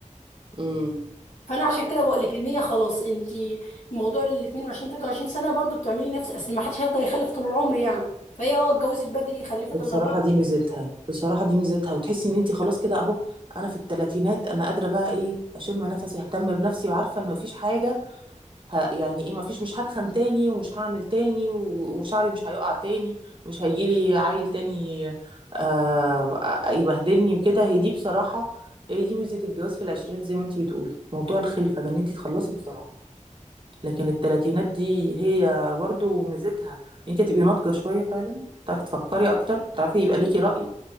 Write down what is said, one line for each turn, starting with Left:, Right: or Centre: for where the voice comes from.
Right: امم
Left: فانا عشان كده بقول لك ان هي خلاص انت موضوع ال 22 23 سنه برضو بتعملي نفس اصل ما حدش هيفضل يخلف طول العمر يعني فهي اه اتجوزت بدري خلفت
Right: بصراحة
Left: الاربعه
Right: دي ميزتها بصراحة دي ميزتها وتحسي ان انتي خلاص كده اهو انا في التلاتينات انا قادرة بقى ايه اشم نفسي اهتم بنفسي وعارفة ان مفيش حاجة ه... يعني ايه مفيش مش هتخن تاني ومش هعمل تاني و... وشعري مش هيقع تاني ومش هيجيلي عيل تاني آه... آه، يبهدلني وكده هي دي بصراحة هي دي ميزة الجواز في العشرينات زي ما انتي بتقولي موضوع الخلفة ده ان انتي تخلصي بسرعة لكن التلاتينات دي هي برضو ميزتها انتي هتبقي ناضجة شوية فعلا تعرفي تفكري اكتر تعرفي يبقى ليكي رأي